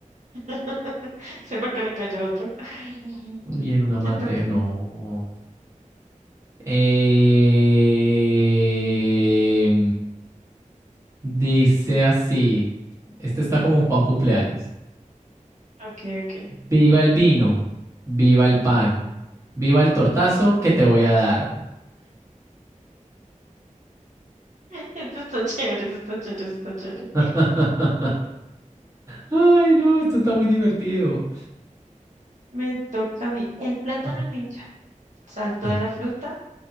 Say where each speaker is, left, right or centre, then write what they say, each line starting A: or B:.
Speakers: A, on the right; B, on the right.
A: <laughs> Sí, porque le cayó otro. Ay,
B: Y en una mate,
A: te toca.
B: no. Em, dice así. Este está como para un cumpleaños.
A: Ok, ok.
B: Viva el vino, viva el pan, viva el tortazo que te voy a dar.
A: <laughs> Eso está chévere, eso está chévere, eso está chévere.
B: <laughs> Ay, no, esto
A: Mm.
B: está muy divertido.
A: Me toca a mí. El plátano
B: Ah.
A: ninja saltó
B: El-
A: de la fruta